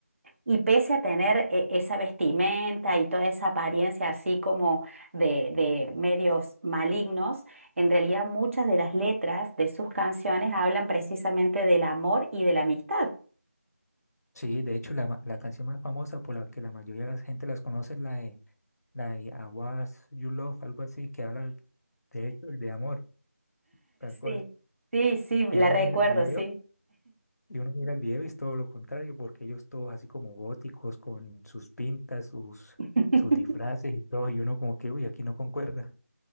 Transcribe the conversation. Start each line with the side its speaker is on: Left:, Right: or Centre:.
Right: Y pese a tener eh, esa vestimenta y toda esa apariencia así como de, de medios malignos, en realidad muchas de las letras de sus canciones hablan precisamente del amor y de la amistad.
Left: Sí, de hecho, la, ma- la canción más famosa por la que la mayoría de la gente las conoce es la de, la de I Was You Love, algo así, que habla de hecho de amor, tal cual.
Right: Sí, sí, sí, la
Left: Y uno
Right: recuerdo,
Left: mira el video,
Right: sí.
Left: y uno mira el video y es todo lo contrario, porque ellos todos así como góticos, con sus pintas, sus,
Right: <laughs>
Left: sus disfraces y todo, y uno como que, uy, aquí no concuerda.